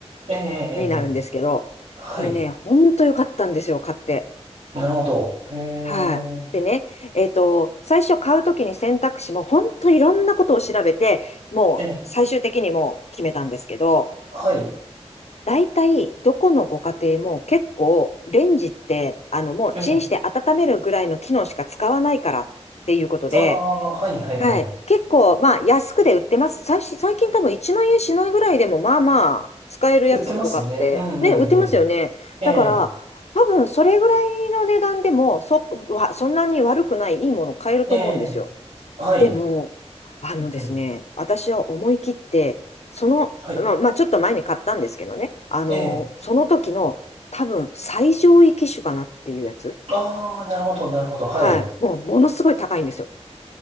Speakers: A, on the right; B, on the left.
A: えーえーえーえ
B: になるんですけど、
A: ーはい。
B: これね、ほんと良かったんですよ、買って。
A: なるほど。へえ、
B: はい。でね、えっと、最初買うときに選択肢も本当いろんなことを調べて、もう最終的にもう決めたんですけど、
A: ええ、はい、
B: 大体どこのご家庭も結構レンジって、あのもうチンして温めるぐらいの機能しか使わないからっていうことで、
A: ええ、ああ、はいはいはい。
B: はい。結構、まあ、安くで売ってます。最近、最近多分1万円しないぐらいでも、まあまあ、使えるやつとかって、
A: 売ってますね。うんうんうん。
B: ね、売ってますよね。
A: ええ、
B: だから、多分、それぐらいの値段でも、そ、わそんなに悪くない、いいものを買えると思うんですよ。
A: ええ、はい、
B: でも、あのですね、
A: うんうん、
B: 私は思い切って、その、
A: はい、
B: まあ、まあ、ちょっと前に買ったんですけどね、あの、
A: ええ、
B: その時の、多分、最上位機種かなっていうやつ。
A: ああ、なるほどなるほど、はい。
B: はい。もう、ものすごい高いんですよ。